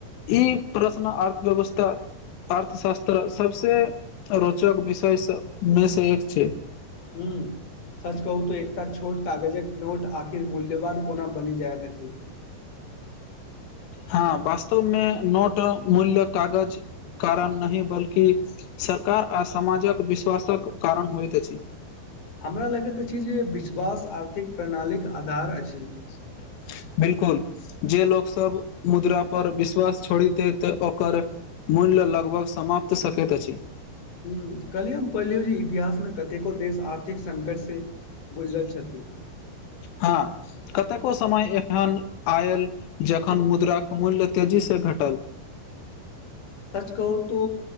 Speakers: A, on the left; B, on the left.
A: ई प्रश्न अर्थव्यवस्था अर्थशास्त्र सबसे रोचक बिषयस मे से एक छै
B: ह्म सच कहू तो एकटा छोट कागजक नोट आखिर मूल्यवान कोना बनि जायत अछि
A: हँ बास्तवमे नोट मूल्य कागज कारण नहि बल्कि सरकार आ समाजक विश्वासक कारण होइत अछि
B: हमरा लगैत चीज जे विश्वास आर्थिक प्रणालीक के आधार अछि
A: <inaudible> बिलकुल जे लोक सब मुद्रा पर विश्वास छोड़ दे ओकर मूल्य लगभग समाप्त सकैत अछि
B: कहलियी हम पढ़लियौ जे इतिहासमे कतेको देश आर्थिक संकट से गुजरल छथि
A: हँ कतेको समय एहन आयल जखन मुद्राक मूल्य तेजीसँ घटल
B: सच कहू तो